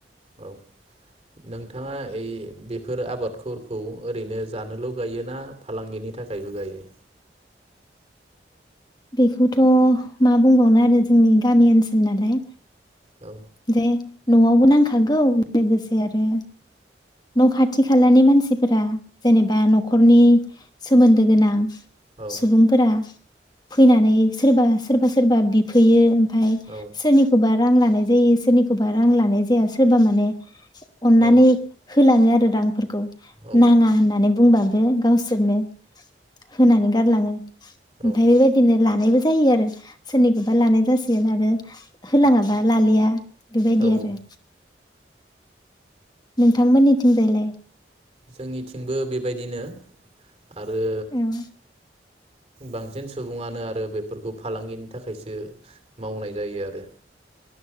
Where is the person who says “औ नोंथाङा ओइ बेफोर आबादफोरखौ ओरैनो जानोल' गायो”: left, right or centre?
Right